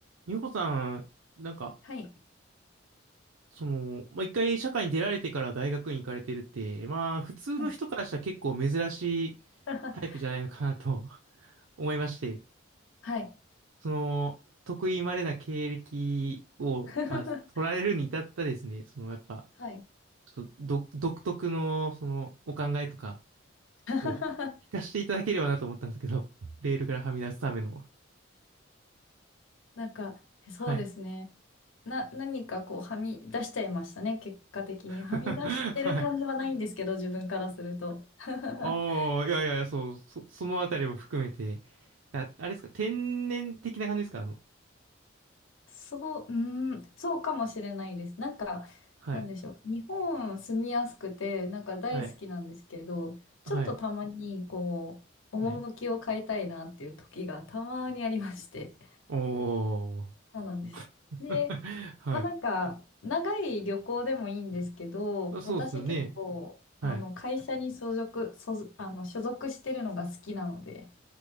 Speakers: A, on the right; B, on the left.
A: 美穂さん、なんか、
B: はい。
A: その、まあ、一回社会に出られてから大学院行かれてるって、まあ、普通の人からしたら結構珍しい
B: はい。<laughs>
A: タイプじゃないのかなと <laughs> 思いまして、
B: はい。
A: その、得意稀な経歴を、
B: <laughs>
A: まあ、取られるに至ったですね、その、やっぱ、
B: はい
A: ちょっとど、独特の、その、お考えとか
B: <laughs>
A: を聞かせていただければなと思ったんですけど、レールからはみ出すための。
B: なんか、そうですね。
A: はい。
B: な、何かこう、はみ出しちゃいましたね、結果的に。はみ出してる感じはないんですけど、
A: <laughs> はい。
B: 自分からすると。<laughs>
A: ああ、いやいやいや、そう、そ、そのあたりも含めて、あ、あれですか、天然的な感じですかあの、
B: そう、うーん、そうかもしれないです。なんか、
A: はい、
B: なんでしょう。日本住みやすくて、なんか大好きなんですけど、
A: はい、はい、
B: ちょっとたまに、こう、趣を変えたいなっていう時がたまにありまして。
A: はい。おー。
B: そうなんです。
A: <laughs>
B: で、
A: はい。
B: まあ、なんか、長い旅行でもいいんですけど、
A: あ、そうですよね。
B: 私結構、あの、
A: はい。
B: 会社に所属、所、あの、所属してるのが好きなので、